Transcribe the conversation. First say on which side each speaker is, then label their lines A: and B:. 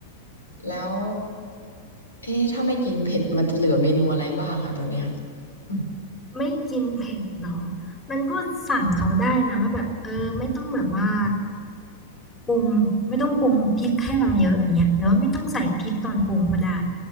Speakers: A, on the left (about 85°); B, on the left (about 20°).
A: แล้วเอ๊ะถ้าไม่กินเผ็ดมันจะเหลือเมนูอะไรบ้างอ่ะตอนเนี้ยอืม
B: ไม่กินเผ็ดเหรอ มันก็สั่งเขาได้นะว่าแบบเออไม่ต้องแบบว่าปรุงไม่ต้องปรุงพริกให้เราเยอะอย่างเงี้ยหรือว่าไม่ต้องใส่พริกตอนปรุงก็ได้